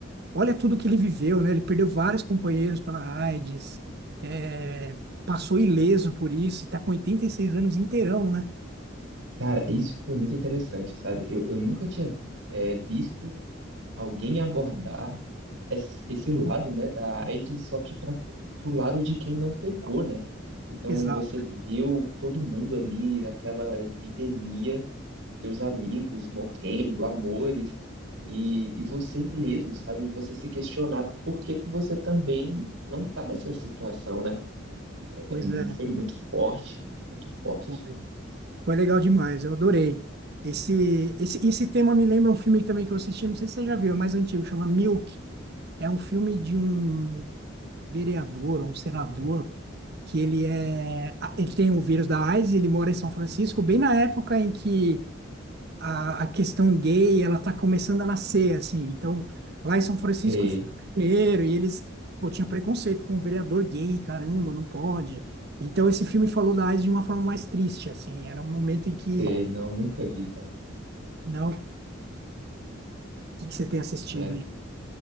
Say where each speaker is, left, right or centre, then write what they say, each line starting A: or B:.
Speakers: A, on the right; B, on the right.
A: olha tudo que ele viveu, né? Ele perdeu vários companheiros pela AIDS, é, passou ileso por isso, e tá com 86 anos inteirão, né?
B: Cara, isso foi muito interessante, sabe? Eu, eu nunca tinha, é, visto alguém abordar esse esse lado, né, da AIDS, só que para pro lado de quem não pegou, né? Então
A: Exato.
B: você viu todo mundo ali naquela epidemia, seus amigos morrendo, amores, e, e você ileso, sabe? Você se questionar por que que você também não tá nessa situação, né? É
A: Pois
B: mu-
A: é,
B: foi muito forte, muito forte.
A: foi. Foi legal demais, eu adorei. Esse, esse, esse tema me lembra um filme também que eu assisti, não sei se você já viu, é mais antigo, chama Milk. É um filme de um vereador, um senador, que ele é, ah, ele tem o vírus da AIDS, ele mora em São Francisco, bem na época em que a, a questão gay ela está começando a nascer assim então lá em São Francisco
B: Sei,
A: foi o primeiro e eles pô, tinha preconceito com um vereador gay caramba não pode então esse filme falou da AIDS de uma forma mais triste assim era um momento em que
B: sei, não, nunca vi, cara,
A: não o que, que você tem assistido
B: né?